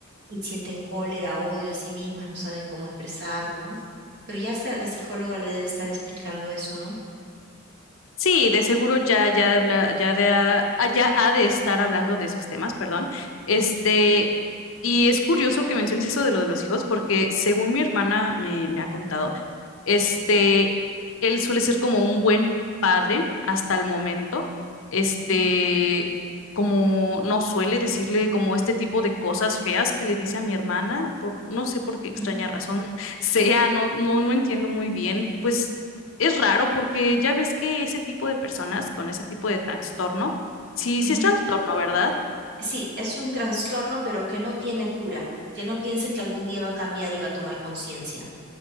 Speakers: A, on the right (about 55°); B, on the left (about 65°).
A: y sienten cólera, odio a sí mismas, no saben cómo expresarlo, ¿no? Pero ya hasta la psicóloga le debe estar explicando eso, ¿no?
B: Sí, de seguro ya, ya de hablar, ya de, ah, ya ha de estar hablando de esos temas, perdón. Este, y es curioso que menciones eso de lo de los hijos, porque según mi hermana me, me ha contado, este, él suele ser como un buen padre hasta el momento. Este,
A: Ujú,
B: como no suele decirle como este tipo de cosas feas que le dice a mi hermana, por no sé por qué extraña
A: ujú,
B: razón <laughs> sea, no, no, no entiendo muy bien. Pues es raro porque ya ves que ese tipo de personas con ese tipo de trastorno, sí,
A: ujú.
B: sí es trastorno, ¿verdad?
A: Sí, es un trastorno, pero que no tiene cura, que no piense que algún día va a cambiar y va a tomar conciencia.